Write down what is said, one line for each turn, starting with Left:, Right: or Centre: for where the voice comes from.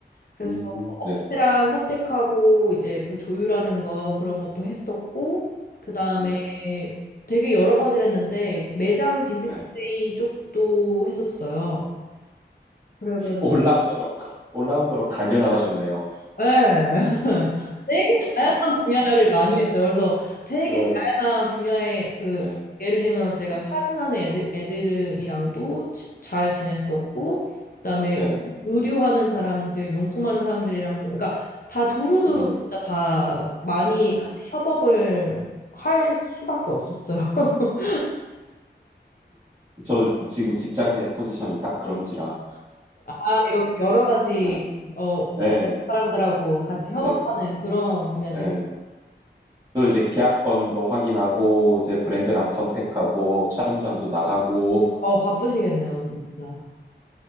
Left: 그래서
Right: 음,
Left: 업체랑
Right: 네네,
Left: 컨택하고 이제 그 조율하는 거 그런 것도 했었고 그다음에
Right: 음,
Left: 되게 여러 가지를 했는데 매장 디스플레이
Right: 네네.
Left: 쪽도 했었어요. 그래가지고
Right: 올라운더로 올라운더로 갈려 나가셨네요.
Left: 네. <laughs> 되게 분야를 많이 했어요. 그래서 되게
Right: 예.
Left: 다양한 분야의 그
Right: 예.
Left: 예를 들면 제가
Right: 음,
Left: 사진하는 애들, 애들이랑도 치- 잘 지냈었고 그다음에
Right: 네네.
Left: 의류하는 사람들, 용품하는 사람들이랑도 그러니까 다 두루두루
Right: 음,
Left: 진짜 다 많이
Right: 음.
Left: 같이 협업을 할 수밖에 없었어요. <laughs>
Right: 저 지- 지금 직장 내 포지션이 딱 그런지라.
Left: 아, 이렇게 여러 가지
Right: 예.
Left: 어,
Right: 예.
Left: 사람들하고 같이 협업하는
Right: 예.
Left: 그런 분야시군요.
Right: 예. 저 이제 계약건도 확인하고 이제 브랜드랑 컨택하고 촬영장도 나가고
Left: 어, 바쁘시겠네요, 진짜.